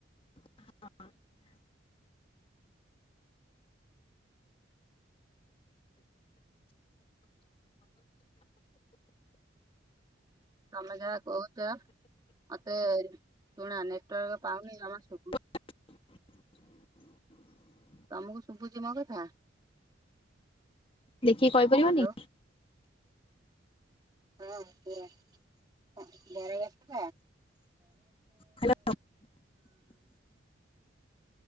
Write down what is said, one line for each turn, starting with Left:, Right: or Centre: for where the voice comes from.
Left: ହଁ।
Right: ତମେ ଯାହା କହୁଛ ମତେ ଶୁଣ ନେଟୱାର୍କ ପାଉନି ଜମା ଶୁଭୁନି।
Left: <inaudible>
Right: ତମକୁ ଶୁଭୁଛି ମୋ କଥା?
Left: ଦେଖିକି କହିପାରିବନି।
Right: ହ୍ୟାଲୋ ହଁ ପୁରା <unintelligible> ହଁ।
Left: ହ୍ୟାଲୋ